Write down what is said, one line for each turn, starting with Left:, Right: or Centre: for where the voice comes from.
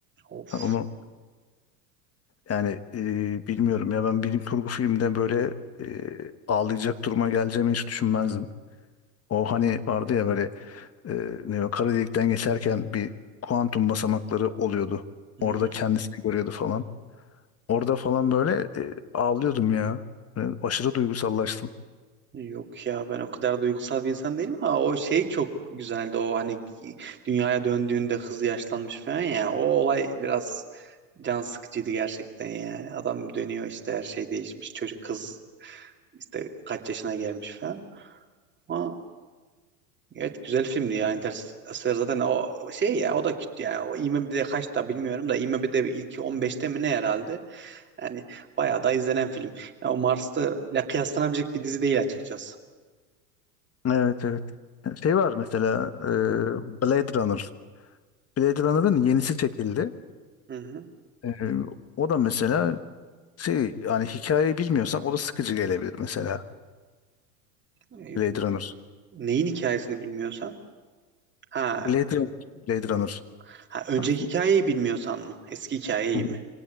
Right: Of.
Left: Yani onu Yani e, bilmiyorum ya ben bilim kurgu filmde böyle e, ağlayacak duruma geleceğimi hiç düşünmezdim. O hani vardı ya böyle e, ne o kara delikten geçerken bir kuantum basamakları oluyordu.
Right: Hı
Left: Orada
Right: hı.
Left: kendisini görüyordu falan. Orada falan böyle e, ağlıyordum ya. Ben aşırı duygusallaştım.
Right: Yok ya ben o kadar duygusal bir insan değilim ama o şey çok güzeldi o hani dünyaya döndüğünde hızlı yaşlanmış falan ya o olay biraz can sıkıcıydı gerçekten yani adam dönüyor işte her şey değişmiş çocuk kız işte kaç yaşına gelmiş falan ama evet güzel filmdi ya Interstellar zaten o şey ya o da kötü yani o IMDb'de kaçta bilmiyorum da IMDb'de ilki 15'te mi ne herhalde yani bayağı da izlenen film yani o Mars'ta ile kıyaslanabilecek bir dizi değil açıkçası.
Left: Evet evet. Şey var mesela e, Blade Runner. Blade Runner'ın yenisi çekildi.
Right: Hı
Left: E, o da mesela şey yani hikayeyi bilmiyorsan o da sıkıcı gelebilir mesela.
Right: hı.
Left: Blade Runner.
Right: Neyin hikayesini bilmiyorsan? Ha,
Left: Blade Runner. Blade Runner.
Right: ha önceki
Left: Hı
Right: hikayeyi bilmiyorsan mı? Eski hikayeyi
Left: hı.
Right: mi?